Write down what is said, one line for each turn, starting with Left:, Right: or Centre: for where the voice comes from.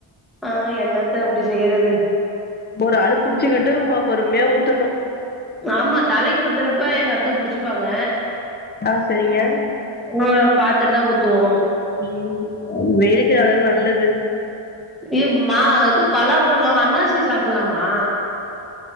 Centre: ஆ என்னத்த அப்படி செய்யறது
Left: ஒரு அழு புடிச்சுக்கிட்டு பொறுமைய ஊத்தணு
Centre: ஆமா தலைக்கு ஊத்துறப்ப எங்க அத்த புடிச்சுப்பாங்க
Left: ஆ சரிங்க
Centre: உங்கள பாத்துட்டு தா ஊத்துவோ
Left: ம் வெயிலுக்கு அதது நல்லது
Centre: ஏ மா இது பலாப்பழோ அண்ணாசி சாப்புல்லாமா